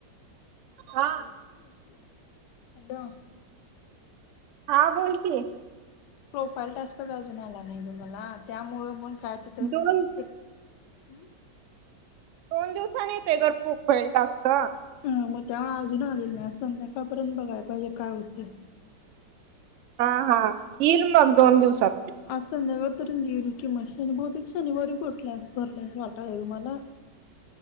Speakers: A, on the right; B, on the left.
A: हा
B: बच <inaudible> हॅलो.
A: हा बोल की.
B: प्रोफाईल टास्कच अजून आला नाही ग मला त्यामुळ खात तर
A: दोन
B: एक <unintelligible> हम्म <inaudible>
A: दोन दिवसानी येतोय ग प्रोफाइल टास्क.
B: हा मग त्यामुळे अजून आलेले नाही अस संध्याकाळपर्यंत बघायला पाहिजे काय होतय.
A: हा हा येईल मग दोन दिवसात.
B: आज संध्याकाळपर्यंत येेईल कि मझ शनी बहुतेक शनिवारी भटल्या भरल्यास वाटालय मला.